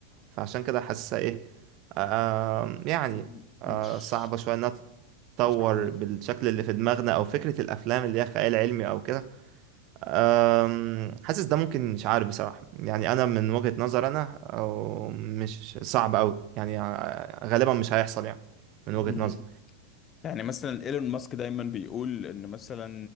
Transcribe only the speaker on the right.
فعشان كده حاسسها ايه آه يعني
آه
صعبه شويه انها تتطور
بالشكل اللي في دماغنا او فكره الافلام اللي هي خيال علمي او كده أم، حاسس ده ممكن مش عارف بصراحه يعني انا من وجهه نظر انا أو مش صعب قوي يعني ع- غالبا مش هيحصل يعني من
وجهه نظر